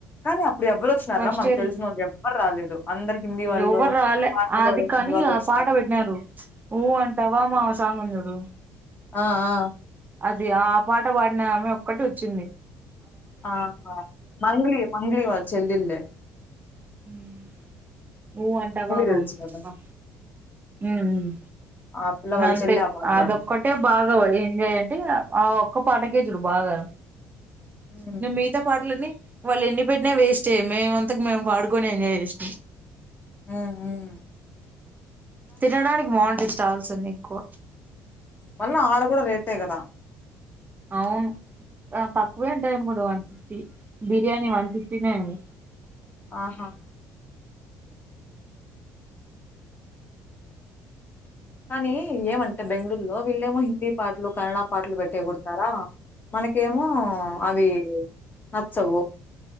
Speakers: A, on the left; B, on the right.
A: కానీ అప్ ఇప్పుడు ఎవ్వరు ఒచ్చినారా
B: ఫస్ట్
A: మనకు
B: ఇయర్
A: తెలిసిన ఒళ్ళు ఎవ్వరు రాలేదు అందరు హిందీ వాళ్ళు
B: ఎవరు రాలే
A: పాటలు
B: అది
A: బాడే హిందీ
B: కానీ
A: వాళ్ళ
B: ఆ
A: ఒచ్చిన
B: పాట పెట్టినారు ప్చ్ ఊ అంటావ మామ సాంగ్ వుంది చూడు
A: ఆ ఆ
B: అది ఆ పాట బాడిన ఆమె ఒక్కటి ఒచ్చింది
A: ఆహా మంగ్లీ మంగ్లీ వాళ్ళ చెల్లెలే
B: మ్మ్ ఊ అంటవా మా
A: తెలుసు కదా
B: అ మ్మ్ మ్మ్
A: ఆ పిల్ల వాళ్ళ
B: అంతే
A: చెల్లె ఆ పాట
B: అదొక్కటే
A: పాడింది
B: బాగా ఎంజయంటే ఇగ ఆ ఒక్క పాటకే జూడు బాగా
A: హ్మ్
B: ఇగా మిగతా పాటలన్ని వాళ్ళు ఎన్ని పెట్నా వేస్టే మేమంతకు మేము పాడుకొని ఎంజాయ్ జేసినం
A: ఉ ఉం
B: తినడానికి బాగుంటయి స్టాల్స్ అన్ని ఎక్కువ
A: మళ్ళ ఆడ గూడ రేటే కదా
B: అవును ఆ తక్కువే ఉంటయ్ అనుకుంట వన్ ఫిఫ్టీ బిర్యానీ వన్ ఫిఫ్టీనే ఉంది
A: ఆహా కానీ ఏమంటే బెంగళూరులో వీళ్ళేమో హిందీ పాటలు కన్నడ పాటలు పెట్టీ ఎగురుతారా మనకేమో అవి నచ్చవు